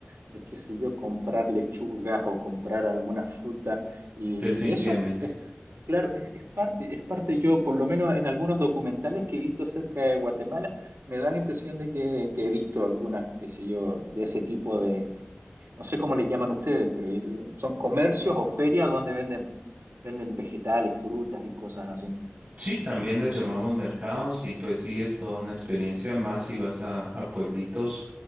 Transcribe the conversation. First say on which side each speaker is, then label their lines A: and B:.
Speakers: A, on the right; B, on the right.
A: de qué sé yo, comprar lechugas o comprar alguna fruta. Y,
B: definitivamente.
A: y eso, es, claro, es, es parte, es parte, yo por lo menos en algunos documentales que he visto acerca de Guatemala, me da la impresión de que, que he visto algunas, qué sé yo, de ese tipo de, no sé cómo le llaman ustedes, pero yo le digo, son comercios o ferias donde venden, venden vegetales, frutas y cosas así.
B: Sí, también les llamamos mercados y pues sí, es toda una experiencia más si vas a, a pueblitos,